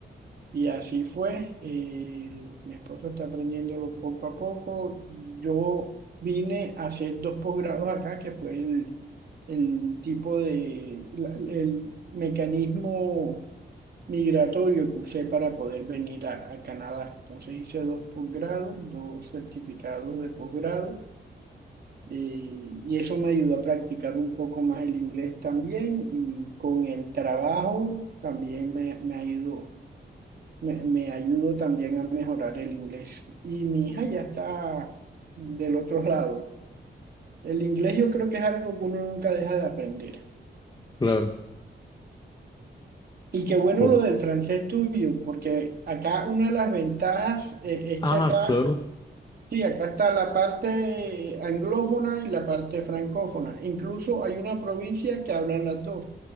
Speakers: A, on the right; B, on the left.
A: Y así fue, eh, mi esposo está aprendiéndolo poco a poco. Yo vine a hacer dos posgrados acá, que fue el, el tipo de, la- el mecanismo migratorio que usé para poder venir a, a Canadá. Entonces hice dos posgrados, dos certificados de posgrado. Eh, y eso me ayudó a practicar un poco más el inglés también y con el trabajo también me, me ayudó, me, me ayudó también a mejorar el inglés. Y mi hija ya está del otro lado. El inglés yo creo que es algo que uno nunca deja de aprender.
B: claro.
A: Y qué bueno
B: Oh,
A: lo del francés tuyo, porque acá una de las ventajas eh, es
B: Ah,
A: que acá
B: claro.
A: Sí, acá está la parte anglófona y la parte francófona. Incluso hay una provincia que hablan las dos,